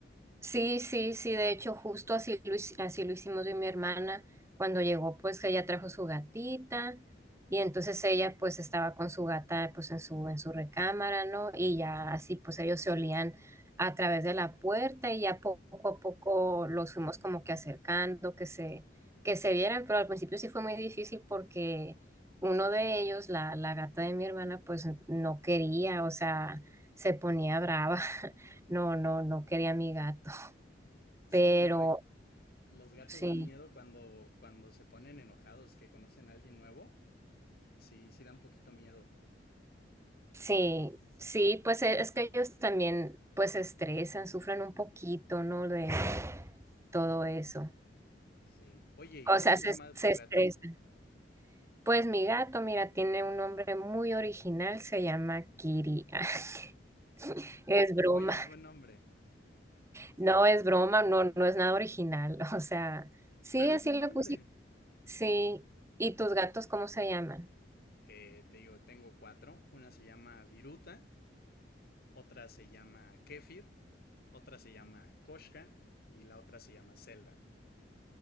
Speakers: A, on the right; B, on the left.
A: Sí, sí, sí, de hecho, justo así lo, hic- así lo hicimos yo y mi hermana. Cuando llegó, pues que ella trajo su gatita y entonces ella pues estaba con su gata pues en su, en su recámara, ¿no? Y ya así pues ellos se olían a través de la puerta y ya po- poco a poco los fuimos como que acercando, que se, que se vieran, pero al principio sí fue muy difícil porque uno de ellos, la, la gata de mi hermana, pues no quería, o sea, se ponía brava. <laughs> No, no, no quería a mi gata.
B: Sí,
A: Pero
B: ¿no? Y los gatos
A: sí,
B: dan miedo cuando, cuando se ponen enojados, que conocen a alguien nuevo. Sí, sí dan poquito miedo.
A: sí, sí, pues e- es que ellos también pues se estresan, sufren un poquito, ¿no? De todo eso.
B: Sí. Oye, ¿y
A: O
B: cómo
A: sea,
B: se
A: se,
B: llama
A: se
B: tu gato?
A: estresan. Pues mi gato, mira, tiene un nombre muy original, se llama Kiri. <laughs> Es broma,
B: Oye, es buen nombre.
A: no es broma, no, no es nada original. <laughs> O sea, sí,
B: Pero es
A: así
B: buen
A: le
B: hombre.
A: puse, sí. ¿Y tus gatos cómo se llaman?
B: Eh, te digo, tengo cuatro. Una se llama Viruta, otra se llama Kefir, otra se llama Koshka y la otra se llama Zelda.